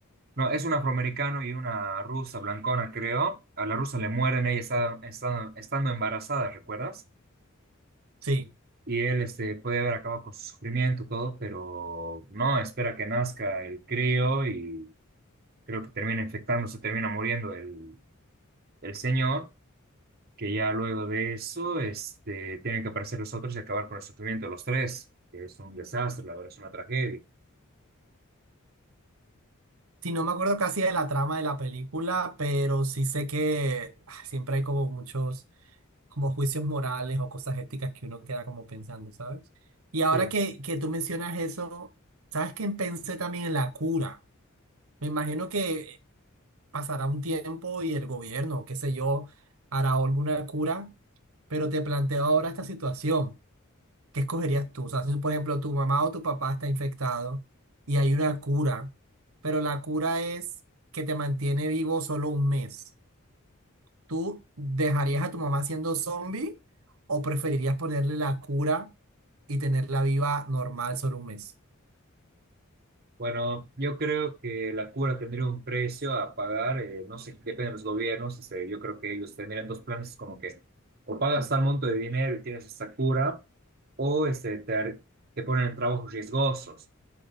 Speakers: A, on the right; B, on the right.
A: No, es un afroamericano y una rusa blancona, creo. A la rusa le mueren, ella está, está- estando embarazada, ¿recuerdas?
B: sí
A: Y él este, puede haber acabado con su sufrimiento, todo, pero no, espera que nazca el crío y creo que termina infectándose, termina muriendo el, el señor, que ya luego de eso este, tienen que aparecer los otros y acabar con el sufrimiento de los tres, que es un desastre, la verdad, es una tragedia.
B: Sí, no me acuerdo casi de la trama de la película, pero sí sé que ah, siempre hay como muchos como juicios morales o cosas éticas que uno queda como pensando, ¿sabes? Y ahora
A: Sí.
B: que, que tú mencionas eso, ¿sabes que Pensé también en la cura. Me imagino que pasará un tiempo y el gobierno, qué sé yo, hará alguna cura, pero te planteo ahora esta situación. ¿qué escogerías tú? O sea, si por ejemplo tu mamá o tu papá está infectado y hay una cura, pero la cura es que te mantiene vivo solo un mes. ¿Tú dejarías a tu mamá siendo zombie o preferirías ponerle la cura y tenerla viva normal solo un mes?
A: Bueno, yo creo que la cura tendría un precio a pagar, eh, no sé, depende de los gobiernos, este, yo creo que ellos tendrían dos planes como que o pagas tal monto de dinero y tienes esta cura, o este, te, ar- te ponen en trabajos riesgosos,